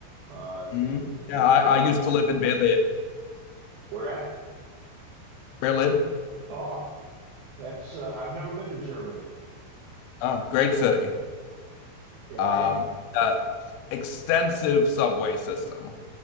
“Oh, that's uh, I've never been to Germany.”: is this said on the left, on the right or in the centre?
Right